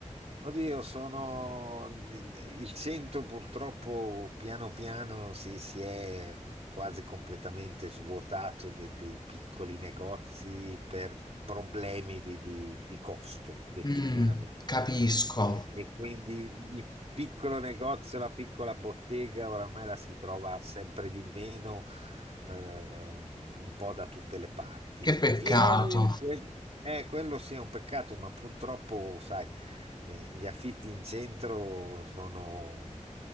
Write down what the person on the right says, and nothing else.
Oddio, sono il, il centro purtroppo piano piano si, si è quasi completamente svuotato de- dei piccoli negozi per problemi di, di- di costo, detto
chiaramente.
E, e quindi il piccolo negozio, la piccola bottega, oramai la si trova sempre di meno, eh, un po' da tutte le parti.
Fiere, quel- eh, quello sì è un peccato, ma purtroppo, sai eh, gli affitti in centro sono